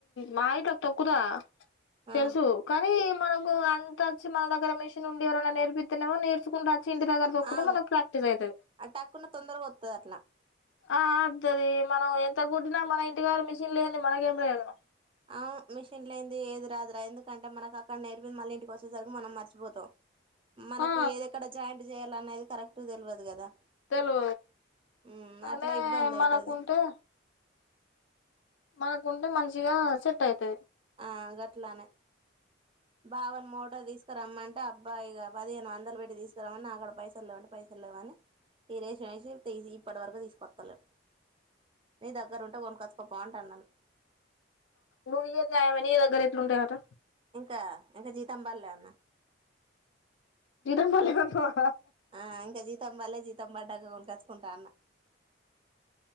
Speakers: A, on the left (about 75°); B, on the right (about 25°).
A: మా ఇట్లా తోక్కుదా
B: ఆ
A: తెలుసు కానీ మనం కు అంత అచ్చ మానాధగ్ మిషన్ ఉం ఎరై నేర్పిస్తున్నామో నేర్చకుంట చి ఇంటి దగర్ తొక్కితే
B: అవును
A: మనకు ప్రాక్టీస్ అవుతుంది
B: ఆ టక్కున తొందరగా వత్తది అట్లా
A: ఆ ఆది మనం ఎంత కుట్టినా మన ఇంటికాడా మిషన్ లేంది మనకేం ప్రయోజనం
B: ఆ మిషన్లుంది ఏది రాదురా ఎందుకంటే మనకు అక్కడ నేర్పింది మళ్ళీ ఇంటికి వచ్చేసరికి మనం మర్చిపోతాం. మనకి
A: ఆ
B: ఏది ఎక్కడ జాయింట్ చేయాలనేది కరెక్ట్ టు తెలవదు కదా
A: తెలు
B: ఉమ్
A: అనే
B: అట్లా ఇబ్బంది
A: మనకుంటే
B: అయితది
A: అనకుంటే మంచిగా సెట్ అవుతది
B: ఆ గట్లానే బావని మోటలు తీసుకురమ్మంటే అబ్బాయి పదిహేను వందలు పెట్టి తీసుకురమ్మని నాక్కడ పైసలు లేవంటడి పైసలు లేవని ఈ రేషన్ వేసి తీసి ఇప్పటి వరకు తీసుకొస్తలే నీ దగ్గర ఉంటే కొనుక్కొచ్చుకోపో అంట న్నాను.
A: నువు ఈయదే ఆమె నిదగర ఎట్లుంటాయి అటా
B: ఇంకా ఇంకా జీతం బర్లే అన్న
A: జీతం పడలేదంటవా
B: ఆ ఇంకా జీతంబాల జీతాం బాడక కొనుక్కోచి కుంటాన్న